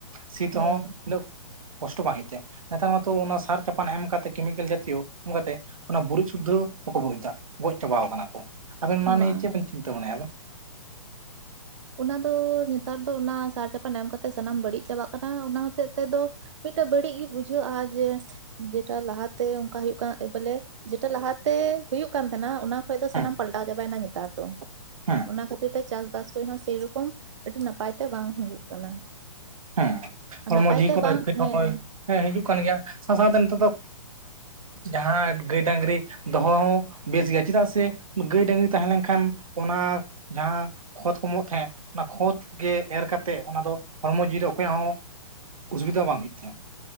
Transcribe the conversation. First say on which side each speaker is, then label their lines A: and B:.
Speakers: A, on the right; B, on the right.
A: ᱥᱤ ᱛᱮᱦᱚᱸ
B: ᱦᱮᱸ
A: ᱩᱱᱟᱹᱜ ᱠᱚᱥᱴᱚ ᱵᱟᱝ ᱦᱩᱭᱩᱜ ᱛᱟᱭᱟ᱾ ᱱᱮᱛᱟᱨ ᱢᱟᱛᱚ ᱚᱱᱟ ᱥᱟᱨ ᱪᱟᱯᱟᱱ ᱮᱢ ᱠᱟᱛᱮ ᱠᱮᱢᱤᱠᱮᱞ ᱡᱟᱛᱤᱭᱚ ᱮᱢ ᱠᱟᱛᱮ ᱚᱱᱟ ᱰᱩᱨᱩᱡ ᱥᱩᱫᱽᱫᱷᱚ ᱵᱟᱠᱚ ᱰᱩᱨᱤᱡ ᱫᱟ, ᱜᱚᱡ ᱪᱟᱵᱟᱣ ᱠᱟᱱᱟ ᱠᱚ᱾ ᱟᱵᱮᱱ ᱚᱱᱟ ᱱᱤᱭᱮ
B: ᱵᱟᱝ
A: ᱪᱮᱫ ᱵᱮᱱ ᱪᱤᱱᱛᱟᱹ ᱵᱷᱟᱱᱟᱭᱟ ᱟᱵᱮᱱ?
B: ᱚᱱᱟ ᱫᱚ ᱱᱮᱛᱟᱨ ᱫᱚ ᱚᱱᱟ ᱥᱟᱨ ᱪᱟᱯᱟᱱ ᱮᱢ ᱠᱟᱛᱮᱜ ᱥᱟᱱᱟᱢ ᱵᱟᱹᱲᱤᱡ ᱪᱟᱵᱟᱜ ᱠᱟᱱᱟ ᱚᱱᱟ ᱦᱚᱛᱮᱡ ᱛᱮᱫᱚ ᱢᱤᱫᱴᱮᱡ ᱵᱟᱹᱲᱤᱡ ᱜᱮ ᱵᱩᱡᱷᱟᱹᱜᱼᱟ ᱡᱮ ᱡᱮᱴᱟ ᱞᱟᱦᱟᱛᱮ ᱚᱱᱠᱟ ᱦᱩᱭᱩᱜᱭ ᱠᱟᱱᱮ ᱯᱟᱞᱮ ᱡᱮᱴᱟ ᱞᱟᱦᱟᱛᱮ ᱦᱩᱭᱩᱜ ᱠᱟᱱ ᱛᱟᱦᱮᱸᱱᱟ ᱚᱱᱟ ᱠᱷᱚᱡ ᱫᱚ
A: ᱦᱮᱸ
B: ᱥᱟᱱᱟᱢ ᱯᱟᱞᱴᱟᱣ ᱪᱟᱵᱟᱭᱮᱱᱟ ᱱᱮᱛᱟᱨ ᱫᱚ᱾
A: ᱦᱮᱸ
B: ᱚᱱᱟ ᱠᱷᱟᱹᱛᱤᱨ ᱛᱮ ᱪᱟᱥᱵᱟᱥ <unintelligible> ᱥᱮᱨᱚᱠᱚᱢ ᱟᱹᱰᱤ ᱱᱟᱯᱟᱭ ᱛᱮ ᱵᱟᱝ ᱦᱩᱭᱩᱜ ᱠᱟᱱᱟ᱾
A: ᱦᱮᱸ ᱦᱚᱲᱢᱚ
B: ᱱᱟᱯᱟᱭ
A: ᱡᱤᱣᱤ
B: ᱛᱮ
A: ᱠᱚ
B: ᱵᱟᱝ
A: ᱦᱚᱭ <unintelligible>
B: ᱦᱮᱸ
A: ᱦᱮᱸ ᱦᱤᱡᱩᱜ ᱠᱟᱱ ᱜᱮᱭᱟ ᱥᱟᱶ ᱥᱟᱶᱛᱮ ᱱᱤᱛᱚᱜ ᱫᱚ ᱡᱟᱦᱟᱸ ᱜᱟᱹᱭ ᱰᱟᱝᱨᱤ ᱫᱚᱦᱚ ᱦᱚᱸ ᱵᱮᱥ ᱜᱮᱭᱟ ᱪᱮᱫᱟᱜ ᱥᱮ ᱜᱟᱹᱭ ᱰᱟᱝᱨᱤ ᱛᱟᱦᱮᱸ ᱞᱮᱱᱠᱷᱟᱱ ᱚᱱᱟ ᱡᱟᱦᱟᱸ ᱠᱷᱚᱛ ᱠᱚ ᱮᱢᱚᱜ ᱛᱟᱦᱮᱸᱫ ᱚᱱᱟ ᱠᱷᱚᱛ ᱜᱮ ᱮᱨ ᱠᱟᱛᱮᱫ ᱚᱱᱟ ᱫᱚ ᱦᱚᱲᱢᱚ ᱡᱤᱣᱤ ᱡᱮ ᱚᱠᱚᱭᱟᱜ ᱦᱚᱸ ᱚᱥᱩᱵᱤᱫᱷᱟ ᱵᱟᱝ ᱦᱩᱭᱩᱜ ᱛᱟᱦᱮᱸᱫ᱾